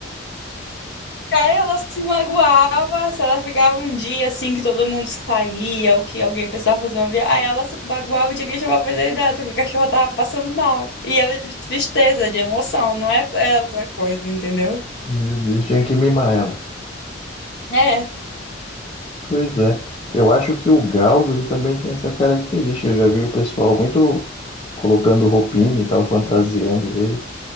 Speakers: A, on the left; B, on the left.
A: É, ela se magoava se ela ficava um dia assim que todo mundo saía ou que alguém precisava fazer uma viagem. Aí ela se magoava e tinha que chamar a veterinária porque a cachorra tava passando mal. E ela é de tristeza, de emoção, não é é outra coisa, entendeu?
B: Meu Deus, tinha que mimar ela.
A: É,
B: Pois é, eu acho que o galgo ele também tem essa característica. Eu já vi o pessoal muito colocando roupinha e tal, fantasiando ele.